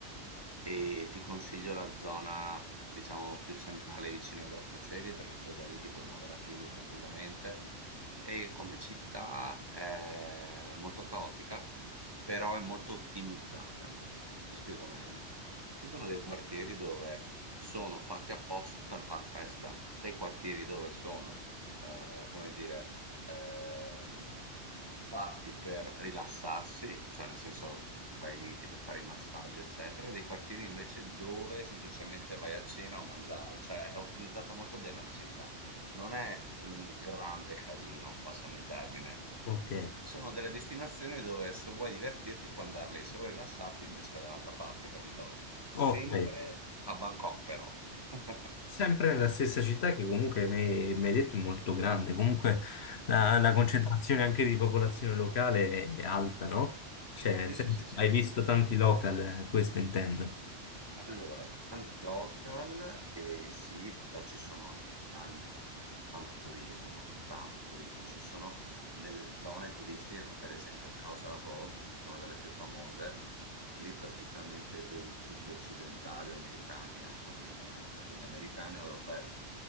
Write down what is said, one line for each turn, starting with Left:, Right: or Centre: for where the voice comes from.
Right: e ti consiglio la zona diciamo più centrale vicino ai grattacieli perché poi da lì ti puoi muovere a piedi tranquillamente. E come città è molto caotica, però è molto ottimizzata. Ti spiego meglio. Ci sono dei quartieri dove sono fatti apposta per far festa, dei quartieri dove sono, eh, come dire, ehm, fatti per rilassarsi, cioè nel senso vai lì, ti fai fare i massaggi, eccetera, e dei quartieri invece dove semplicemente vai a cena o a mangiare, cioè è ottimizzata molto bene la città. Non è un grande casino, passami il termine.
Left: ok,
Right: Sono delle destinazioni dove se vuoi divertirti puoi andare lì, se vuoi rilassarti invece vai da un'altra parte, capito? Sempre
Left: ok.
Right: a Bangkok però. <laughs>
Left: Sempre nella stessa città che comunque mi mi hai detto è molto grande, comunque la, la concentrazione anche di popolazione locale è alta, no? Cioè, nel
Right: Sì,
Left: senso,
Right: sì, sì, sì.
Left: hai visto tanti local, eh, questo intendo.
Right: Allora, tanti local, ehm, sì, però ci sono anche tanti tanto turismo, ma tanto turismo. Ci sono delle zone turistiche come per esempio Cowsand Road, che è una delle più famose, lì praticamente vedi tutti occidentali o americani, eh, fondamentalmente, quindi americani o europei.